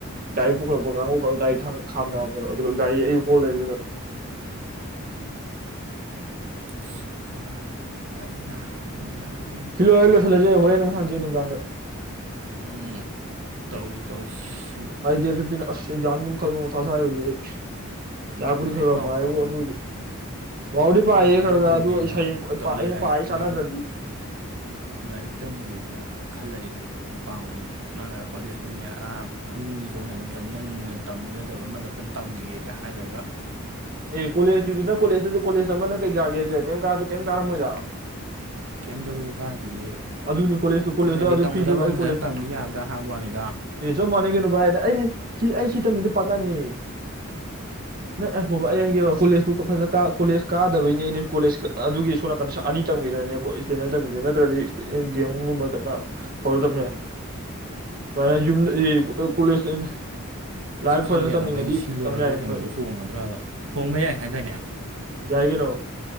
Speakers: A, on the right; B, on the right.
A: ꯒꯥꯔꯤ ꯄꯨꯈꯠꯂꯛꯄ ꯀꯥꯡꯕꯨ ꯒꯥꯔꯤ <unintelligible> ꯈꯥꯝꯅꯕ ꯀꯩꯅꯣ ꯑꯗꯨ ꯒꯥꯔꯤ ꯑꯩ ꯍꯣꯜꯂ ꯂꯩꯑꯗꯨꯗ
B: ꯑꯁ ꯈ꯭ꯨꯋꯥꯥꯡ ꯒꯁꯦ ꯅꯕꯗꯥ ꯌꯥꯗꯦ꯫
A: ꯁꯤ ꯂꯣꯏ ꯂꯣꯏꯁꯤꯜꯂꯁꯦ ꯍꯣꯔꯦꯟ ꯑꯃꯨꯛ ꯁꯥꯟꯖꯦ ꯅꯨꯡꯗꯥꯡꯗ꯫
B: ꯎꯝ ꯇꯧꯖꯤ ꯇꯧꯁꯤ꯫
A: ꯑꯩ ꯗꯦꯠ ꯐꯤꯞꯇꯤꯟꯗ ꯑꯁ‌ ꯏꯛꯖꯥꯝꯒꯤꯕꯨ ꯈꯟꯕꯗ ꯃꯊꯥꯁ ꯁꯥꯏ ꯍꯧꯖꯤꯛ ꯑꯩ ꯂꯥꯏꯔꯤꯛꯄꯨꯗꯤ
B: ꯂꯥꯏꯔꯤꯛ
A: ꯈꯔꯈꯔ
B: ꯄꯥꯎ
A: ꯄꯌ‌ꯦꯕꯨ
B: ꯄꯥꯎꯕꯅꯦ
A: ꯑꯗ‌ꯣꯏꯖꯨ ꯄꯕꯨꯗꯤ
B: ꯅꯣꯏ
A: ꯄꯥꯏꯌꯦ
B: ꯑꯗꯨꯃꯥꯏꯅ
A: ꯈꯔ ꯈꯔ
B: ꯇꯧꯒꯦꯅ
A: ꯑꯗꯨ ꯑꯩ ꯁꯩꯔ‌ꯦꯡ <unintelligible>
B: ꯇꯧꯋꯦ
A: ꯑꯩꯅ
B: ꯂꯥꯏꯔꯤꯛ
A: ꯄꯥꯏꯖꯤꯒ ꯆꯥꯟꯅꯗ꯭ꯔꯗꯤ꯫
B: ꯂꯥꯏꯔꯤꯛ ꯂꯥꯏꯔꯤꯛ ꯇꯝꯒꯦꯅ꯫ ꯈꯜꯂꯗꯤ ꯂꯥꯏꯔꯤꯛꯇꯣ ꯑꯗꯨꯝ ꯄꯥꯎꯅꯦ ꯏꯕꯣ ꯅꯪꯅ ꯀꯣꯂꯦꯖ ꯐꯪꯉꯦ ꯑ ꯑꯅꯤ ꯊꯣꯛꯅ ꯑꯗꯨꯝ ꯆꯟ ꯅꯪꯅ ꯇꯝꯃꯤꯒꯗꯕ ꯑꯃꯗ ꯐꯅ ꯇꯝꯈꯤꯒꯦꯗ ꯍꯥꯏꯔꯒ
A: ꯑꯦ ꯀꯣꯂꯦꯖꯀꯤꯗꯨ ꯅꯪ ꯀꯣꯂꯦꯇꯁꯨ ꯀꯣꯂꯦꯖ ꯑꯃꯅ ꯀꯩꯥꯒꯦ ꯀꯩꯝꯗ ꯀꯩꯝ ꯀꯥꯔꯝꯣꯏꯗ
B: ꯀꯩꯝ ꯇꯕꯨꯗꯤ ꯀꯥꯏꯗꯤꯌꯦ
A: ꯑꯗꯨꯅꯤ ꯀꯣꯂꯦꯖꯇꯨ ꯀꯣꯂꯦꯖꯇ
B: ꯑꯩꯅꯍꯥꯏꯗꯤ
A: ꯑꯗꯨ
B: ꯇꯝꯒꯗꯕ
A: ꯐ꯭ꯔꯤꯗ
B: ꯑꯃ
A: ꯑꯩ
B: ꯐꯖꯅ
A: ꯀꯣꯂꯦꯖ
B: ꯇꯝꯈꯤ ꯌꯥꯗ꯭ꯔꯥ ꯍꯥꯏꯕ ꯋꯥꯅꯤꯗ꯫
A: ꯑꯦ ꯆꯞ ꯃꯥꯟꯅ ꯀꯩꯅꯣ ꯚꯥꯏꯅ ꯑꯩꯗꯤ ꯁꯤ ꯑꯩ ꯁꯤ ꯇꯝꯃꯤꯁꯤ ꯄꯥꯇ ꯇꯥꯏꯝꯅꯤ
B: <inaudible>
A: ꯅ ꯑꯩ ꯍꯣꯕ ꯑꯩ ꯍꯥꯏꯒꯦ ꯀꯣꯂꯦꯖꯇꯨ ꯐꯖꯅ ꯀꯣꯂꯦꯖ ꯀꯥꯗꯕꯩꯅꯦ ꯑꯩꯅ ꯀꯣꯂꯦꯖ ꯑꯗꯨꯒꯤ ꯁꯣ ꯅꯥꯀꯟ ꯑꯅꯤ ꯇꯝꯈꯤꯔꯅꯦ ꯀꯣꯏ ꯏꯁꯇꯦꯟꯗ꯭ꯔ ꯇꯝꯃꯤꯁꯦ ꯅꯠꯇ꯭ꯔꯗꯤ ꯗꯤ ꯑ‌ꯦꯝ ꯒꯨꯝꯕ ꯍꯧꯕꯗꯩ ꯇꯝ ꯌꯥꯔ‌ꯦ ꯄꯔ ꯌꯨꯝꯗ꯫ <unintelligible> ꯀꯣꯂꯦꯖ <unintelligible> ꯂꯥꯏꯔꯤꯛ
B: ꯑꯩ ꯈꯪꯗꯦ
A: ꯐꯖꯅ ꯇꯝꯅꯤꯡꯉꯗꯤ
B: ꯅꯥꯕ ꯑꯩ ꯁꯤ ꯂꯣꯏꯔꯒ
A: ꯇꯝ ꯌꯥꯏ ꯌꯥꯏ
B: ꯀꯩꯅꯣꯗꯣ ꯍꯣꯡꯒꯗ꯭ꯔꯥ ꯍꯣꯡꯕ ꯌꯥꯏ ꯍꯥꯏꯗꯥꯏꯅꯦ
A: ꯌꯥꯏꯒꯤꯅꯣ